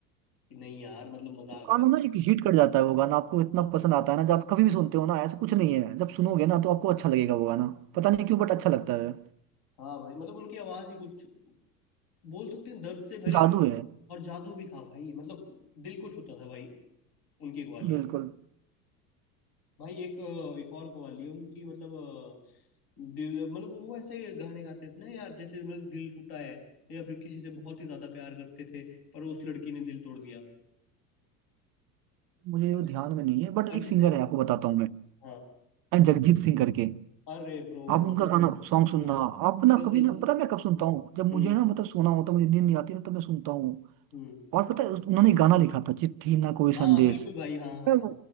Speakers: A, on the left; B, on the right.
A: कि नहीं यार मतलब मजा
B: वो
A: आ गया
B: गाना ना एक हिट कर जाता है वो गाना आपको इतना पसंद आता है ना जब आप कभी भी सुनते हो ना ऐसा कुछ नहीं है जब सुनोगे ना तो आपको अच्छा लगेगा वो गाना पता नहीं क्यों बट अच्छा लगता है
A: हाँ भाई मतलब उनकी आवाज ही कुछ बोल सकते हैं दर्द से भरी
B: जादू
A: हुई
B: है
A: और जादू भी था भाई मतलब दिल को छूता था भाई उनकी कवालियाँ
B: बिल्कुल
A: भाई एक अ, एक और कवाली है उनकी मतलब अ, दिल मतलब वो ऐसे गाने गाते थे ना यार जैसे मतलब दिल टूटा है या फिर किसी से बहुत ही ज्यादा प्यार करते थे पर उस लड़की ने दिल तोड़ दिया
B: मुझे
A: अब
B: वो ध्यान
A: जैसे
B: में नहीं है बट
A: अब
B: एक सिंगर
A: जैसे
B: है आपको बताता हूँ मैं
A: हाँ
B: जगजीत सिंह करके
A: अरे ब्रो
B: आप उनका
A: वो
B: गाना
A: भी तो
B: सॉन्ग सुनना आप ना
A: गजल्स
B: कभी ना पता है मैं कब सुनता हूँ जब
A: हम्म
B: मुझे ना मतलब सोना होता है मुझे नींद नहीं आती ना तो मैं सुनता हूँ
A: हम्म
B: और पता है उस- उन्होंने गाना लिखा था चिट्ठी ना कोई संदेश
A: हाँ बिल्कुल भाई हाँ हाँ
B: हम्म,
A: हाँ।